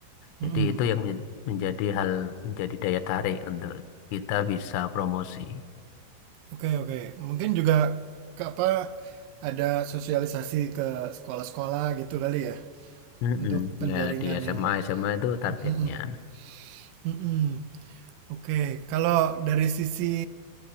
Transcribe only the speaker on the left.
Jadi itu yang men- menjadi hal menjadi daya tarik untuk kita bisa promosi.
Mm-mm.
Ya di SMA
SMA itu targetnya.